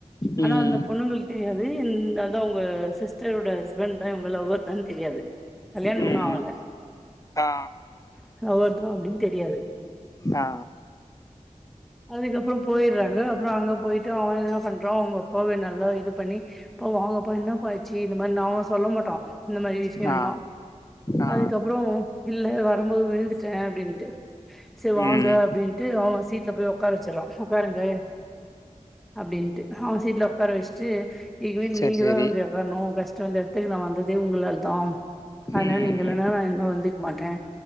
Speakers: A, in the centre; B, on the left.
A: ஆனா
B: ம்
A: அந்த பொண்ணுங்களுக்கு தெரியாது இந்த அதா உங்க சிஸ்டரோட ஹஸ்பண்ட் தா இவங்க லவ்வர் தா தெரியாது கல்யாணம்
B: ம்
A: இன்னும் ஆகல
B: ஆ
A: அ ஒவ்வொருத்தவங்களு அப்டின் தெரியாது
B: ஆ
A: அதுக்கப்பற போயிறாங்க அப்புற அங்க போயிட்டு அவ என்ன பண்றா அவங்க போவே நல்லா இது பண்ணி பா வாங்கப்ப என்னபா ஆச்சு இந்த மாரி அவங்க சொல்ல மாட்டோ இந்த மாரி விஷயலா
B: ஆ ஆ
A: அதுக்கப்புற இல்ல வரும்போது ந்துட்ட அப்டின்ட்டு சேரி வாங்க
B: ம்
A: அப்டின்ட்டு அவ சீட் டல போய் ஒக்கார வச்சிரா ஒக்காருங்க அப்டின்ட்டு அவ சீட்ல ஒக்கார வச்சுட்டு இதுவே
B: செரி
A: நீங்க
B: செரி
A: தா கேக்கணு கஷ்ட வந்த எடத்துக் நா வந்ததே உங்களால தாம் அதனால
B: ம்
A: நீங்க இல்லனா நா இன்ன வந்துக் மாட்டே